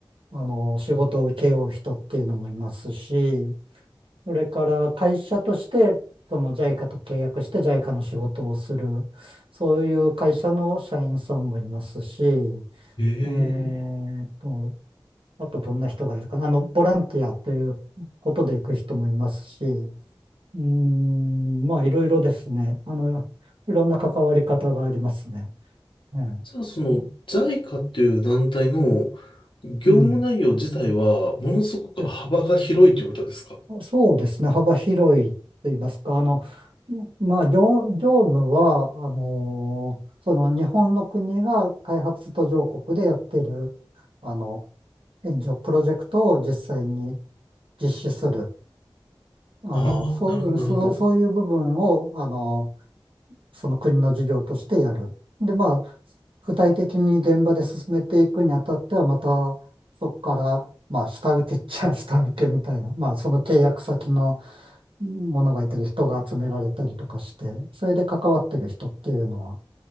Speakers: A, on the right (about 75°); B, on the left (about 65°).
A: あの、仕事を請け負う人っていうのもいますし、それから会社として、その JICA と契約して JICA の仕事をする、そういう会社の社員さんもいますし、
B: ええ、
A: えーっと、あとどんな人がいるかな、あの、ボランティアということで行く人もいますし、うーん、まあ、いろいろですね。あの、いろんな関わり方がありますね。ええ、
B: じゃあその JICA っていう団体の業務内容自体はものすごく幅が広いということですか
A: うん。えそうですね。幅広いと言いますか、あの、まあ、業、業務は、あのーその日本の国が開発途上国でやってる、あの、援助プロジェクトを実際に実施する、あの、
B: ああ、
A: そう、
B: なるほど、
A: そう、
B: なるほど。
A: そういう部分を、あのその国の事業としてやる。で、まあ、具体的に現場で進めていくにあたっては、また、そこから、まあ、下請けっちゃ <laughs> 下請けみたいな、まあ、その契約先のものがいたり、人が集められたりとかして、それで関わってる人っていうのは、